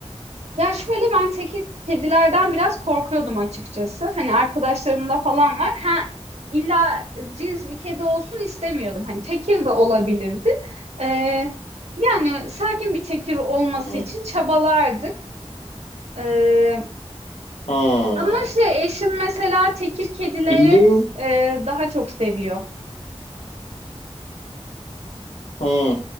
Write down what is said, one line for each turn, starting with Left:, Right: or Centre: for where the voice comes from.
Right: Ya şöyle ben teke kedilerden biraz korkuyordum açıkçası. Hani arkadaşlarımda falan var. Ha illa cins bir kedi olsun istemiyordum. Hani tekir de olabilirdi. Ee, yani sakin bir tekir olması
Left: Hmm.
Right: için çabalardık. Ee,
Left: Hmm.
Right: ama şey eşim mesela tekir kedileri
Left: Bildiğim
Right: e, daha çok seviyor.
Left: Hmm.